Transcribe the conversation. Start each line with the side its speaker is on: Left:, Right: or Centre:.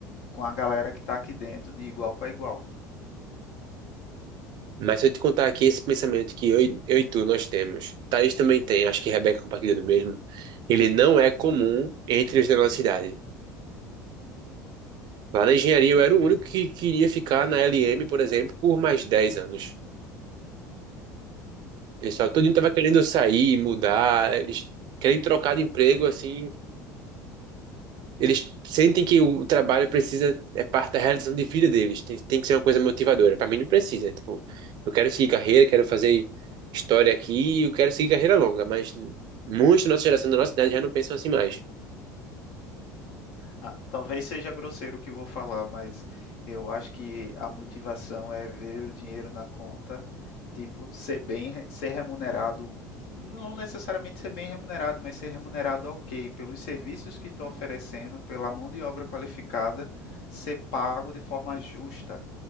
Left: com a galera que está aqui dentro de igual para igual.
Right: Mas se eu te contar aqui esse pensamento que eu, e- eu e tu nós temos, Thaís também tem, acho que Rebeca compartilha do mesmo, ele não é comum entre os da nossa idade. Lá na engenharia eu era o único que queria ficar na LM, por exemplo, por mais 10 anos. O pessoal todo estava querendo sair, mudar, eles querem trocar de emprego, assim. Eles sentem que o trabalho precisa, é parte da realização de vida deles. Tem, tem que ser uma coisa motivadora. Para mim não precisa. Tipo, eu quero seguir carreira, quero fazer história aqui, eu quero seguir carreira longa, mas muitos da nossa geração, da nossa idade, já não pensam assim mais.
Left: Ah, talvez seja grosseiro o que eu vou falar, mas eu acho que a motivação é ver o dinheiro na conta, tipo, ser bem, re- ser remunerado, não necessariamente ser bem remunerado, mas ser remunerado ok, pelos serviços que estou oferecendo, pela mão de obra qualificada, ser pago de forma justa